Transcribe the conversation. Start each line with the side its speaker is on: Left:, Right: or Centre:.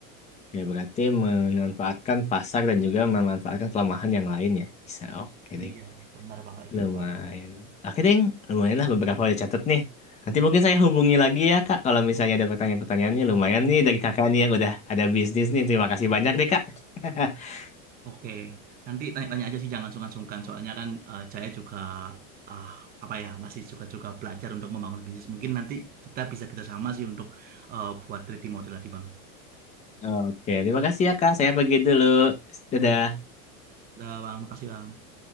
Left: Ya berarti memanfaatkan pasar dan juga memanfaatkan kelemahan yang lain ya. Bisa, oke deh.
Right: Iya, benar Bang kayak
Left: Lumayan.
Right: gitu Bang.
Left: Oke deh, lumayan lah beberapa udah catat nih. Nanti mungkin saya hubungi lagi ya Kak, kalau misalnya ada pertanyaan-pertanyaannya. Lumayan nih dari kakak nih yang udah ada bisnis nih. Terima kasih banyak deh Kak. <laughs>
Right: Oke, nanti tanya-tanya aja sih jangan sungkan-sungkan. Soalnya kan eh, Jaya juga ah apa ya masih juga juga belajar untuk membangun bisnis. Mungkin nanti kita bisa kerjasama sih untuk eh, buat 3D model tadi Bang.
Left: Oke, terima kasih ya Kak. Saya pergi dulu. Dadah.
Right: Udah Bang, makasih Bang.